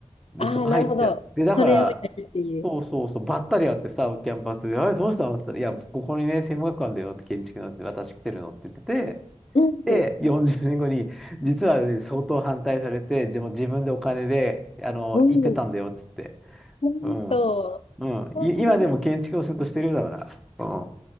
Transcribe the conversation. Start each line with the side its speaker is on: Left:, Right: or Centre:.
Centre: で、
Left: ああ、
Centre: そこ入って、
Left: なるほど。
Centre: で、だから、
Left: それをやるっていう。
Centre: そうそうそう、ばったり会ってさ、キャンパスで、あれどうしたのって言ったら、いや、ここにね、専門学館だよって建築のって、私来てるのって言ってて、
Left: うん、
Centre: で、40年後に、実はね、相当反対されて、でも自分でお金で、あの、
Left: うん。
Centre: 行ってたんだよって言って。
Left: なんと、
Centre: うん。うん。
Left: うん
Centre: い今でも建築の仕事してるようだから。うん。